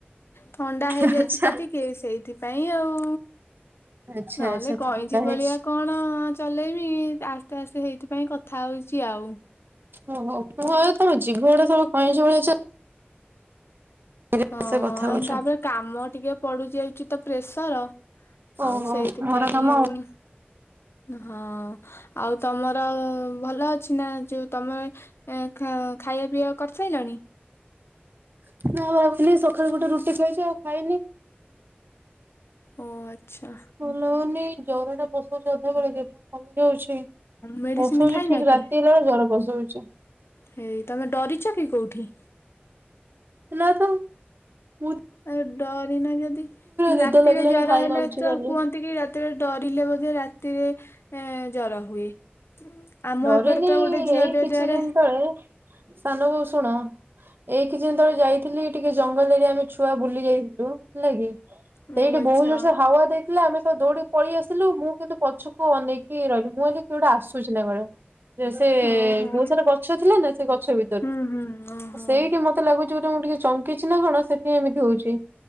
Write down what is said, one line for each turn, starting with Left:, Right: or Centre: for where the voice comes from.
Left: ଥଣ୍ଡା ହେଇଯାଇଛି
Right: ଆଚ୍ଛା
Left: ତ ଟିକେ ସେଇଥିପାଇଁ ଆଉ।
Right: ଆଚ୍ଛା
Left: ନହେଲେ
Right: ଆଚ୍ଛା
Left: କଇଁଚି
Right: ଥଣ୍ଡା
Left: ଭଳିଆ
Right: ହେଇଛି।
Left: କଣ ଚଲେଇବି ଆସ୍ତେ ଆସ୍ତେ ହେଇଥିପାଇଁ କଥା ହେଉଛି ଆଉ।
Right: ଓହୋ ମୁଁ <unintelligible> ଜିଭ <unintelligible> ସବୁବେଳେ କଇଂଚ ଭଳିଆ ଚାଲେ
Left: ହଁ
Right: ସେ କଥା
Left: ଆଉ
Right: ହଉଛ।
Left: ତାପରେ କାମ ଟିକେ ପଡୁ ଯାଉଛି ତ ପ୍ରେସର ଆଉ
Right: ଓହୋ
Left: ସେଇଥିପାଇଁ
Right: ଘର କାମ
Left: ଆଉ ହଁ। ଆଉ ତମର ଭଲ ଅଛି ନା ଯୋଉ ତମେ ଏ ଖାଅ ଖାଇବା ପିଇବା କରିସାରିଲଣି?
Right: <unintelligible> ସକାଳୁ ଗୋଟେ ରୁଟି ଖାଇଛି ଆଉ ଖାଇନି।
Left: ଓ ଆଚ୍ଛା।
Right: ଭଲ ହଉନି ଜ୍ୱର ଟା ପଶୁଛି ଅଧାବେଳେକେ କମି ଯାଉଛି।
Left: ମେଡିସିନ
Right: ପଶଉଛି
Left: ଖାଇନା
Right: ଠିକ
Left: କି?
Right: ରାତି ହେଲା ବେଳେ ଜର ପଶଉଛି।
Left: ହେଇ ତମେ ଡରିଛ କି କଉଠି?
Right: ନାତ ଭୂ
Left: ଆଉ ଡରି ନା ଯଦି
Right: ନିଦ
Left: ରାତିରେ
Right: ଲାଗିଲାଣି
Left: ଜର
Right: ହାଇ
Left: ହେଲେ
Right: ମାରୁଛି
Left: ତ
Right: ଖାଲି
Left: କୁହନ୍ତି କି ରାତି ରାତିରେ ଡରିଲେ ବୋଧେ ରାତିରେ ଜର ହୁଏ। ଆମ
Right: ଡରିନି
Left: ଏପଟେ ତ ଗୋଟେ ଝିଅଟେ
Right: ଏଇ କିଛି
Left: ଦେହରେ
Right: ଦିନ ତଳେ ସାନ ବୋଉ ଶୁଣ ଏଇ କିଛି ଦିନ ତଳେ ଯାଇ ଥିଲି ଟିକେ ଜଙ୍ଗଲରେ ଆମେ ଛୁଆ ବୁଲି ଯାଇଥିଲୁ ହେଲା କି।
Left: ଓ
Right: ସେଇଠି
Left: ଆଚ୍ଛା
Right: ବହୁତ ଜୋରସେ ହାୱା ଦେଇଥିଲା ଆମେ ସବୁ ଦୌଡି ପଳେଇ ଆସିଥିଲୁ ମୁଁ କିନ୍ତୁ ପଛକୁ ଅନେଇକି ରହିଲି ମୁଁ କହିଲି କିଏ ଗୋଟେ ଆସୁଛି ନା କଣ। ଯେ ସେ
Left: ଓହୋ।
Right: ବହୁତ ସାରା ଗଛ ଥିଲା ନା ସେ ଗଛ ଭିତରୁ
Left: ହୁଁ ହୁଁ ଓହୋ।
Right: ସେଇଠି ମତେ ମତେ ଲାଗୁଛି ଗୋଟେ ମୁଁ ଟିକେ ଚମକିଛି ନା କଣ ସେଥିପାଇଁ ଏମିତି ହଉଛି।